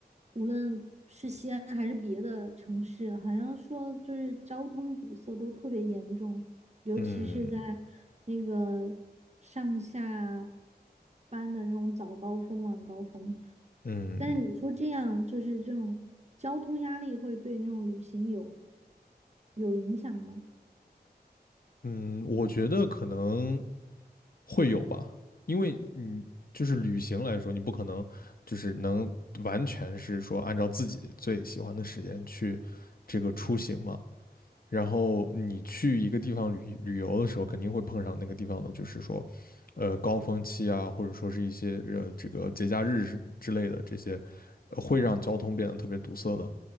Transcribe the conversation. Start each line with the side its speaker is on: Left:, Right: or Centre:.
Right: 无论是西安还是别的城市，好像说就是交通堵塞都特别严重，尤其是在那个上下
Left: 嗯
Right: 班的那种早高峰、晚高峰。
Left: 嗯。
Right: 但是你说这样，就是这种交通压力会对那种旅行有有影响吗？
Left: 嗯，我觉得可能会有吧，因为你就是旅行来说，你不可能就是能完全是说按照自己最喜欢的时间去这个出行嘛。然后你去一个地方旅旅游的时候，肯定会碰上那个地方的，就是说，呃，高峰期啊，或者说是一些呃这个节假日是之类的这些，呃会让交通变得特别堵塞的